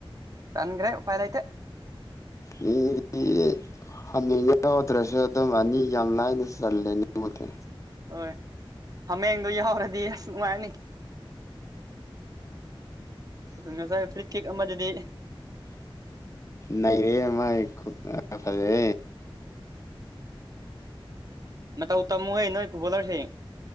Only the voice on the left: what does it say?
ꯃꯤ <inaudible> ꯍꯟꯅꯤꯡꯉ ꯌꯥꯎꯗ꯭ꯔꯁꯨ ꯑꯗꯨꯝ ꯑꯅꯤ ꯌꯥꯝ ꯂꯥꯏꯅ ꯆꯜꯂꯦ ꯅꯃꯗꯤ
ꯅꯔꯦꯃ ꯐꯖꯦ